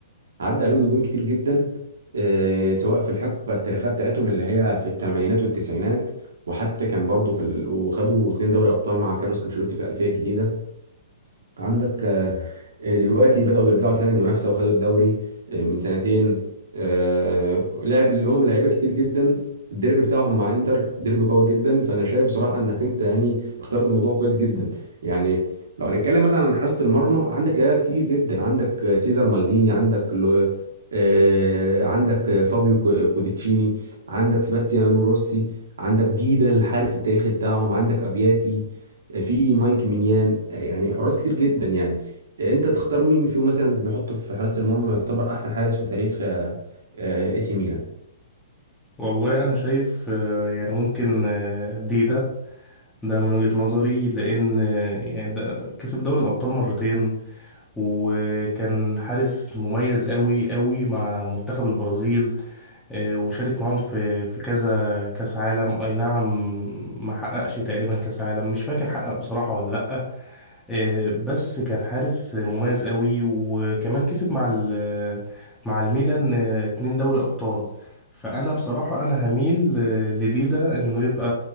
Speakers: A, on the right (about 85°); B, in the centre.
A: عدى عليهم نجوم كتير جدا آه، سواء في الحقبه التاريخيه بتاعتهم اللي هي في الثمانينات والتسعينات وحتى كان برضه في ال... وخدوا اتنين دوري ابطال مع كارلوس انشيلوتي في الالفيه الجديده عندك آه، دلوقتي بدأوا يرجعوا تاني المنافسة وخدوا الدوري آه، من سنتين آه، لعب لهم لعيبة كتير جدا الديربي بتاعهم مع انتر ديربي قوي جدا فانا شايف بصراحة انك انت يعني اخترت الموضوع كويس جدا يعني لو هنتكلم مثلا عن حراسة المرمى عندك لعيبة كتير جدا عندك آه، سيزر مالديني عندك لو- آه، عندك آه، فابيو كو- كوديتشيني عندك سباستيانو روسي عندك ديدا الحارس التاريخي بتاعهم عندك ابياتي في مايك مينيان يعني حراس كتير جدا يعني انت تختار مين فيهم مثلا نحطه في حراسة المرمى يعتبر احسن حارس في تاريخ آه، آه، اي سي ميلان
B: والله انا شايف آه، يعني ممكن آه، دي ده ده من وجهه نظري لان آه، يعني ده كسب دوري الابطال مرتين وكان حارس مميز قوي قوي مع منتخب البرازيل آه، وشارك معاهم في في كذا كاس عالم اي نعم ما حققش تقريبا كاس عالم مش فاكر حقق بصراحة ولا لا آه، بس كان حارس مميز قوي وكمان كسب مع ال- مع الميلان آه، اتنين دوري ابطال فانا بصراحة انا هميل آه، لديدا انه يبقى